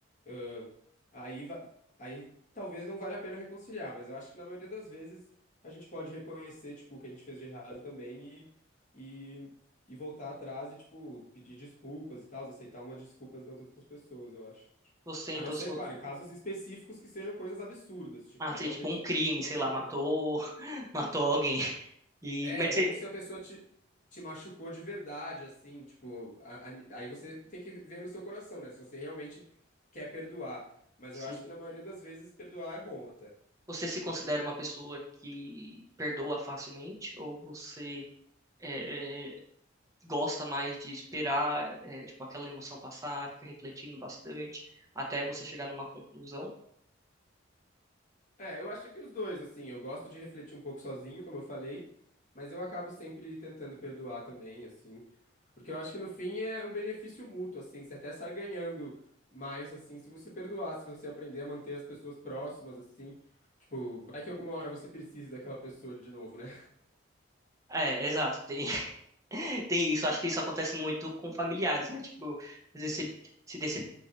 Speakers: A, on the left; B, on the right.
A: ãh, aí, va- aí talvez não valha a pena reconciliar, mas eu acho que na maioria das vezes a gente pode reconhecer, tipo, o que a gente fez de errado também e, e, e voltar atrás e, tipo, pedir desculpas e tal, aceitar uma desculpas das outras pessoas, eu acho.
B: Você,
A: A
B: então,
A: não ser,
B: se... co-
A: claro, em casos específicos que sejam coisas absurdas, tipo,
B: Ah,
A: aí
B: seria
A: realmente
B: tipo um
A: não,
B: crime, sei
A: não tem
B: lá,
A: como.
B: matou, <laughs> matou alguém. E,
A: É,
B: mas
A: ou
B: você,
A: se a pessoa te, te machucou de verdade, assim, tipo, a- a- aí você tem que ver no seu coração, né? Se você realmente quer perdoar. Mas
B: sim,
A: eu acho que na maioria das vezes perdoar é bom até.
B: você se considera uma pessoa que perdoa facilmente? Ou você é, é, gosta mais de esperar, é, tipo, aquela emoção passar, fica refletindo bastante, até você chegar numa conclusão?
A: É, eu acho que os dois, assim, eu gosto de refletir um pouco sozinho, como eu falei, mas eu acabo sempre tentando perdoar também, assim, porque eu acho que no fim é um benefício mútuo, assim, você até sai ganhando mais, assim, se você perdoar, se você aprender a manter as pessoas próximas, assim, tipo, vai que alguma hora você precisa daquela pessoa de novo, né?
B: É, exato, tem, <laughs> tem isso. Acho que isso acontece muito com familiares, né? Tipo, às vezes você se, dece-